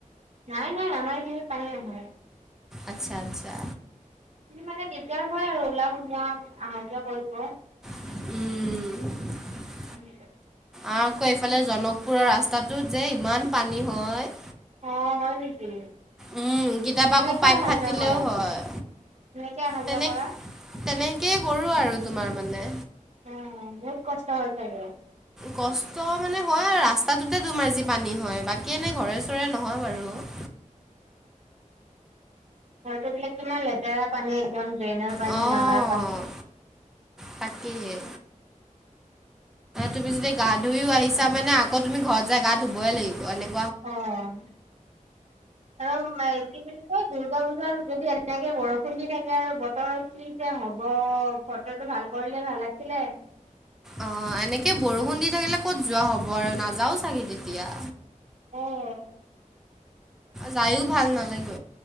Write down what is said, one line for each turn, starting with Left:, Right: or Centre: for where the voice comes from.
Right: নাই নাই আমাৰ পানী নাই
Centre: আচ্ছা আচ্ছা
Right: মানে দিগদাৰ হয় আৰু ওলাৱা সোমোৱা অহা যোৱা কৰিব
Centre: উম
Right: উম
Centre: আৰু আকৌ এইফালে জনকপুৰৰ ৰাস্তাটোত যে ইমান পানী হয়
Right: অ হয় নেকি
Centre: উম কেতিয়াবা
Right: কেনেকে
Centre: আকৌ পাইপ
Right: অহা
Centre: ফাটিলেও
Right: যোৱা কৰা
Centre: হয়
Right: কেনেকে অহা
Centre: তেনে
Right: যোৱা কৰা?
Centre: তেনেকেই কৰো আৰু তোমাৰ মানে
Right: উ বহুত কষ্ট হৈ চাগে
Centre: কষ্ট মানে হয় আৰু ৰাস্তাটোতে তোমাৰ যি পানী হয় বাকী এনেই ঘৰে চৰে নহয় বাৰু
Right: আৰুটো বলে কিমান লেতেৰা পানী একদম ড্ৰেইনৰ পানী
Centre: অঁ
Right: নালাৰ পানী
Centre: তাকেই এ, তুমি যদি ধুইও আহিছা মানে আকৌ তুমি ঘৰত যাই গা ধুবই লাগিব এনেক
Right: অ আৰু কি বুলি কয়, দূৰ্গা পুজাৰ যদি এনেকে বৰষুণ দি থাকে আৰু বতৰ কি যে হ'ব বতৰটো ভাল কৰিলে ভাল আছিলে।
Centre: অ' এনেকে বৰষুণ দি থাকিলে ক'ত যোৱা হ'ব আৰু নাযাও চাগে তেতিয়া।
Right: অ'।
Centre: যায়ও ভাল নালাগিব।